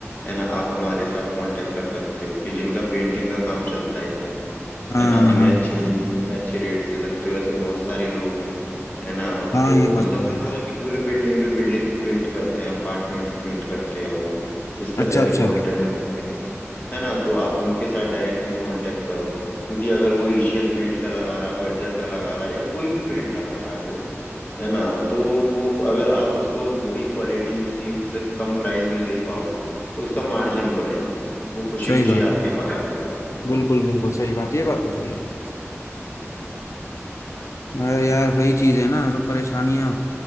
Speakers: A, on the left (about 35°); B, on the left (about 75°).
A: है ना आप हमारे साथ कांटेक्ट कर सकते हो कि जिनका पेंटिंग का काम चलता ही है
B: हाँ
A: है ना हमें
B: हाँ
A: अच्छे रेट्स हमें अच्छे रेट्स दे सकते हो ऐसे बहुत सारे लोग हैं है ना
B: हाँ
A: तो
B: ये बात
A: मतलब
B: तो है
A: पूरा की पूरी बिल्डिंग भी बिल्डिंग पेंट करते हैं अपार्टमेंट्स पेंट करते हैं वो इस तरह
B: अच्छा अच्छा
A: से कॉन्ट्रैक्ट है ना तो आप उनके साथ डायरेक्टली कांटेक्ट करो क्योंकि अगर वो एशियन पेंट का लगा रहा है बर्जर का लगा रहा है या कोई भी पेंट लगा रहा है वो है ना तो वो अगर आप उसको वही क्वालिटी उसी से कम प्राइस में दे पाओगे तो उसका मार्जिन बढ़ेगा वो खुशी
B: सही
A: खुशी
B: बात है
A: आपके पास आएगा।
B: बिल्कुल बिल्कुल सही बात ये बात तो सही है अरे यार वही चीज है ना सब परेशानियां